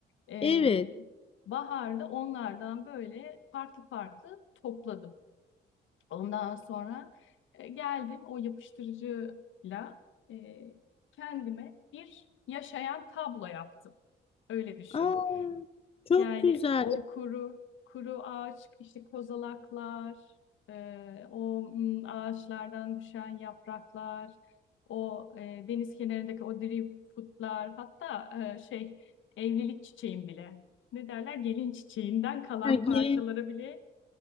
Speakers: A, on the left (about 75°); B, on the left (about 30°).
A: Ee,
B: Evet.
A: baharda onlardan böyle farklı farklı topladım. Ondan sonra e, geldim o yapıştırıcıyla e, kendime bir yaşayan tablo yaptım. Öyle düşün.
B: Aa çok
A: Yani
B: güzel.
A: o kuru kuru ağaç, işte kozalaklar, e, o mm, ağaçlardan düşen yapraklar, o e, deniz kenarındaki o driftwoodlar, hatta e, şey evlilik çiçeğin bile. Ne derler? Gelin çiçeğinden kalan
B: Epey geniş.
A: parçalara bile